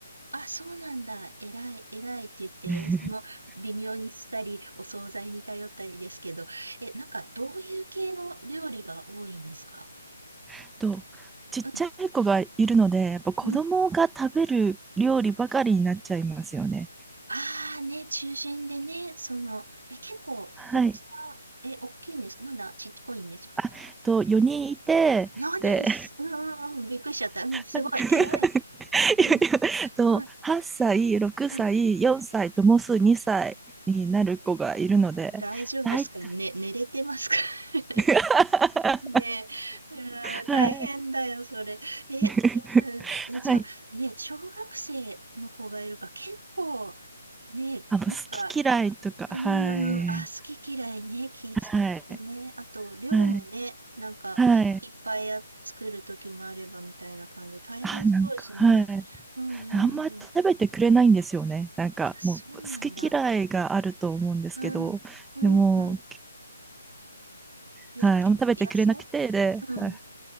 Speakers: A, on the right; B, in the centre.
A: あ、そうなんだ。えらい、えらいって言って、
B: <laughs>
A: 私も微妙にしたり、お惣菜に頼ったりですけど、え、なんかどういう系の料理が多いんですか
B: えっと、ちっちゃい子がいるので、
A: うん、
B: やっぱ子供が食べる料理ばかりになっちゃいますよね。
A: うん。ああね、中心でね、その、え、結構、
B: はい。
A: お子さん、え、大きいんですかまだちっこいんですか
B: あ、えっと、4人いて、
A: ?4
B: で、
A: 人っす。うんうんうん、びっくりしちゃった。うん、すごい、
B: <laughs>
A: えらい。
B: えっと、
A: うんうん
B: 8歳、6歳、
A: うん
B: 4歳ともうすぐ2歳になる子がいるので、
A: 大丈夫ですかね、
B: 大体
A: 寝れてますか <laughs>
B: <laughs>
A: ねえ、うん、
B: はい。
A: 大変だよ、それ。え、
B: <laughs>
A: うん、え、じゃあ、
B: はい。
A: ね、小学生の子がいるから、結構、ね、
B: あもう好き嫌いとか、
A: なんか、うんん、
B: はい。
A: あ、好き嫌いね、気使ってね、
B: はい。
A: あと、量もね、
B: はい。
A: なんか、
B: はい。
A: いっぱいや作る時もあればみたいな感じで、大変そうですね。
B: あ、なんか、はい。
A: うんうんうん。
B: あんま食べてくれないんですよね。なんか、
A: あ、そうなんだ。
B: もう、好き嫌いがあると思うんですけど、
A: うん、うんうん。
B: でも、
A: いや、
B: はい。あんま食べてくれなくて、
A: い野菜
B: で、
A: うん。
B: はい、